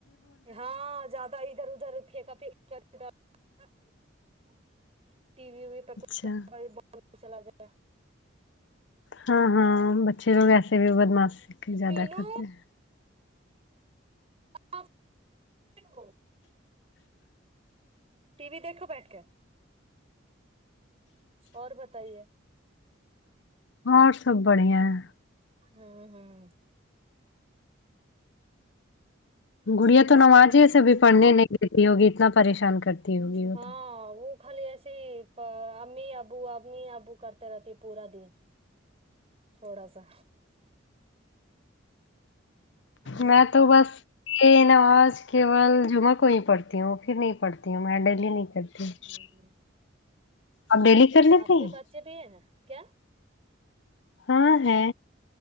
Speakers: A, on the right; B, on the left.
A: ہاں زیادہ ادھر ادھر <unintelligible> وی ووی
B: اچھا
A: پر کچھ بہت وہ تو چلا جایا
B: ہاں ہاں بچے وائے سے بھی بدماشی زیادہ
A: پینو
B: کرتے ہیں
A: <unintelligible> ٹی وی دیکھو بیٹھ کے اور بتائیے
B: اور سب بڑھیا ہیں
A: ہوں ہوں
B: گڑیاں
A: ہوں
B: تو نمازے اسے بھی پڑھنے نہیں دیتی ہوگی اتنا پریشان کرتی ہوگی وہ
A: ہاں
B: تو
A: وہ خالی ایسے ہی پا امی ابو امی ابو کرتے رہتی ہے پورا دن تھوڑا سا ہوں
B: میں تو بس یہ نماز کیول جمعہ کو ہی پڑھتی ہوں پھر نہیں پڑھتی ا میں ڈیلی نہیں کرتی ہ
A: ہوں
B: اب ڈیلی کر لیتے
A: آپ کے
B: ہیں
A: بچے بھی ہیں کیا
B: ہاں ہے